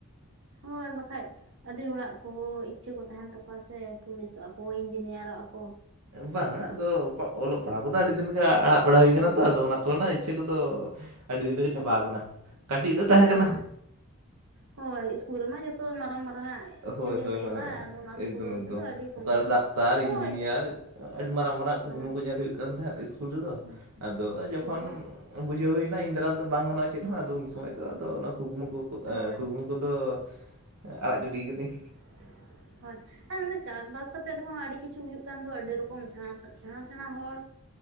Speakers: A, on the right; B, on the right.
A: ᱦᱳᱭ ᱵᱟᱠᱷᱟᱡ ᱟᱹᱰᱤ ᱦᱚᱲᱟᱜ ᱠᱚ ᱤᱪᱪᱷᱟᱹ ᱠᱚ ᱛᱟᱦᱮᱱ ᱛᱟᱠᱚᱣᱟ ᱥᱮ ᱯᱩᱞᱤᱥᱚᱜᱼᱟ ᱠᱚ ᱤᱧᱡᱤᱱᱤᱭᱟᱨᱚᱜᱼᱟ ᱠᱚ
B: ᱵᱟᱝᱼᱟ ᱟᱫᱚ ᱚᱞᱚᱜ ᱯᱟᱲᱦᱟᱜ ᱠᱚᱫᱚ ᱟᱹᱰᱤ ᱫᱤᱱ ᱞᱮᱠᱟ ᱟᱲᱟᱜ ᱵᱟᱲᱟ ᱦᱩᱭ ᱠᱟᱱᱟ ᱛᱚ ᱟᱫᱚ ᱚᱱᱟ ᱠᱚᱨᱮᱱᱟᱜ ᱤᱪᱪᱷᱟᱹ ᱠᱚᱫᱚ ᱟᱹᱰᱤ ᱫᱤᱱ ᱨᱮᱜᱮ ᱪᱟᱵᱟ ᱠᱟᱱᱟ ᱠᱟᱹᱴᱤᱡ ᱨᱮ ᱛᱟᱦᱮᱸ
A: ᱟᱸ
B: ᱠᱟᱱᱟ
A: ᱦᱳᱭ ᱤᱥᱠᱩᱞ ᱨᱮᱢᱟ ᱡᱚᱛᱚ ᱢᱟᱨᱟᱝ ᱢᱟᱨᱟᱝ ᱟᱜ ᱤᱪᱪᱷᱟᱹ
B: ᱦᱳᱭ
A: ᱜᱮ
B: ᱦᱳᱭ
A: ᱞᱟᱹᱭᱚᱜᱼᱟ
B: ᱢᱮᱱᱮ
A: ᱟᱫᱚ ᱚᱱᱟ ᱫᱚ ᱯᱩᱨᱚᱱ
B: ᱮᱠᱫᱚᱢ ᱮᱠᱫᱚᱢ
A: ᱛᱮᱫᱚ ᱟᱹᱰᱤ ᱥᱚᱢᱚᱭ
B: ᱚᱠᱟᱨᱮ
A: ᱦᱟᱛᱟᱣ
B: ᱰᱟᱠᱛᱟᱨ
A: ᱦᱳᱭ
B: ᱤᱧᱡᱤᱱᱤᱭᱟᱨ ᱟᱹᱰᱤ ᱢᱟᱨᱟᱝ ᱢᱟᱨᱟᱝ ᱠᱩᱠᱢᱩ
A: ᱦᱳᱭ
B: ᱠᱚ ᱧᱮᱞ ᱦᱩᱭᱩᱜ ᱠᱟᱱ ᱛᱟᱦᱮᱸᱫ ᱤᱥᱠᱩᱞ ᱨᱮᱫᱚ
A: ᱦᱳᱭ
B: ᱟᱫᱚ ᱡᱚᱠᱷᱚᱱ
A: ᱦᱳᱭ
B: ᱵᱩᱡᱷᱟᱹᱣ ᱦᱩᱭᱱᱟ ᱤᱧ ᱫᱟᱨᱟ ᱫᱚ ᱵᱟᱝ ᱜᱟᱱᱚᱜᱼᱟ ᱪᱮᱫ ᱦᱚᱸ ᱟᱫᱚ ᱩᱱ ᱥᱚᱢᱚᱭ ᱫᱚ ᱟᱫᱚ ᱚᱱᱟ ᱠᱩᱠᱢᱩ ᱠᱚ
A: ᱦᱳᱭ
B: ᱠᱩᱠᱢᱩ ᱠᱚᱫᱚ ᱟᱲᱟᱜ ᱜᱤᱰᱤ ᱠᱟᱹᱫᱤᱧ
A: <unintelligible> ᱟᱨ ᱪᱟᱥᱼᱵᱟᱥ ᱠᱟᱛᱮᱜ ᱨᱮᱦᱚᱸ ᱟᱹᱰᱤ ᱠᱤᱪᱷᱩ ᱦᱩᱭᱩᱜ ᱠᱟᱱ ᱫᱚ ᱟᱹᱰᱤ ᱨᱚᱠᱚᱢ ᱥᱮᱬᱟ ᱥᱮᱬᱟ ᱦᱚᱲ